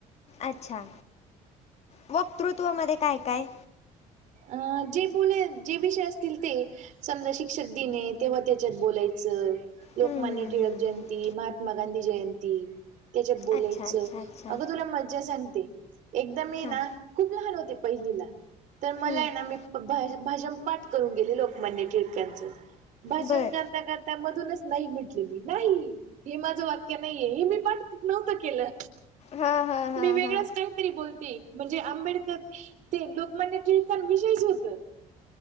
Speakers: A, on the left; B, on the right.
A: अच्छा वक्तृत्वमध्ये काय काय?
B: अह जे बोले जे विषय असतील ते समजा शिक्षक दीन आहे तेव्हा त्याच्यात बोलायचं लोकमान्य
A: हम्म हम्म
B: टिळक
A: हम्म
B: जयंती,
A: हम्म
B: महात्मा गांधी जयंंती त्याच्यात बोलायचं
A: अच्छा अच्छा अच्छा
B: अगं तुला मज्जा सांगते एकदा मी
A: हां
B: ना खूप लहान होते पहिलीला तर मला
A: हम्म
B: आहे ना मी भा भाषण पाठ करून गेले लोकमान्य ठिळकांच भाषण
A: बर
B: करता कर त्यामधूनच नाही म्हटले मी नाही हे माझं वाक्य नाहीये हे मी पाठ नव्हतं केलं.
A: हा हा हा
B: मी वेगळंच
A: हा
B: काहीतरी बोलते, म्हणजे आंबेडकर ते लोकमान्य टिळकांविषयीच होत